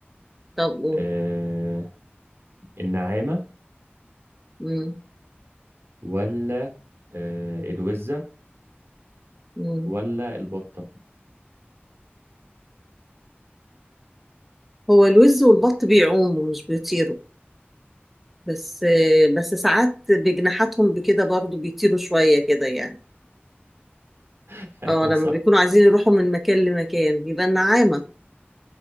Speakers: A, in the centre; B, on the right (about 75°).
A: طب قول.
B: أه النعامة
A: مم.
B: ولا أه الوزة
A: مم.
B: ولا البطة
A: هو الوز والبط بيعوموا مش بيطيروا بس بس ساعات بجناحاتهم بكده برضو بيطيروا شوية كده يعني
B: <laughs> ايوه
A: اه لما
B: صح
A: بيكونوا عايزين يروحوا من مكان لمكان بيبقى النعامة